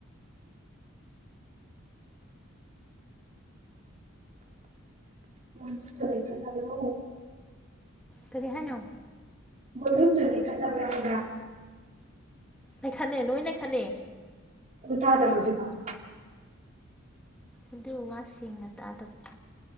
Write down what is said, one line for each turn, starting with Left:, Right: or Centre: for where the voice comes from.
Right: ꯚꫭꯂꯨꯝꯗꫭ ꯂꯩꯈꯠꯂꯕꯔꫭ꯫
Centre: ꯀꯔꯤ ꯍꯥꯏꯅꯣ꯫
Right: ꯚꫭꯂꯨꯝꯗꫭ ꯂꯩꯈꯠꯂꯕ꯭ꯔꯥ ꯍꯥꯏꯕ꯫
Centre: ꯂꯩꯈꯠꯂꯦ ꯂꯣꯏ ꯂꯩꯈꯂꯦ꯫
Right: ꯑꯗꯨꯒ ꯇꯥꯗꯕ ꯍꯧꯖꯤꯛꯕꯥꯎ꯫
Centre: ꯑꯗꯨ ꯃꯥꯁꯤꯡꯅ ꯇꯥꯗꯕ꯫